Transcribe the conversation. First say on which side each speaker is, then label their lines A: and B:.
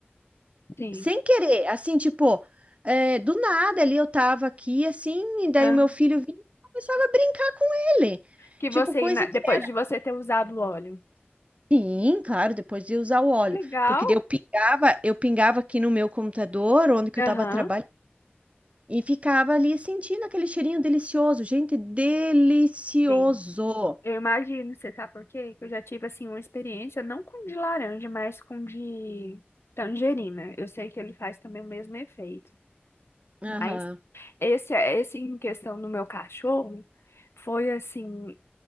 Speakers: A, on the left; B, on the right.
A: Sim.
B: sem querer, assim, tipo, é, do nada ali eu tava aqui, assim, e daí
A: Aham.
B: o meu filho vinha e começava a brincar com ele.
A: Que
B: Tipo,
A: você,
B: coisa
A: ina-
B: que
A: depois
B: é
A: de você ter usado o óleo.
B: sim, claro, depois de usar o óleo.
A: Legal.
B: Porque daí eu pingava, eu pingava aqui no meu computador, onde que
A: Aham.
B: eu tava trabalhando, e ficava ali sentindo aquele cheirinho delicioso. Gente, delicioso.
A: Sim. Eu imagino, você sabe por quê? Que eu já tive, assim, uma experiência, não com de laranja, mas com de tangerina. Eu sei que ele faz também o mesmo efeito.
B: Aham,
A: Mas esse, esse em questão do meu cachorro, foi assim.